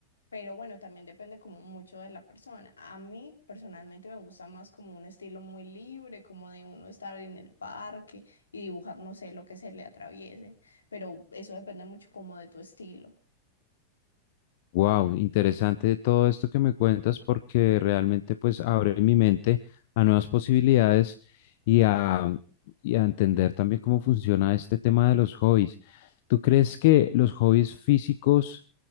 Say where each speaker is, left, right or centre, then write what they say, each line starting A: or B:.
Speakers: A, on the left; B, on the left.
A: pero bueno, también depende como mucho de la persona. A mí personalmente me gusta más como un estilo muy libre, como de uno estar en el parque y dibujar, no sé, lo que se le atraviese pero eso depende mucho como de tu estilo.
B: Wow, interesante todo esto que me cuentas porque realmente pues abre mi mente a nuevas posibilidades y a, y a entender también cómo funciona este tema de los hobbies. ¿Tú crees que los hobbies físicos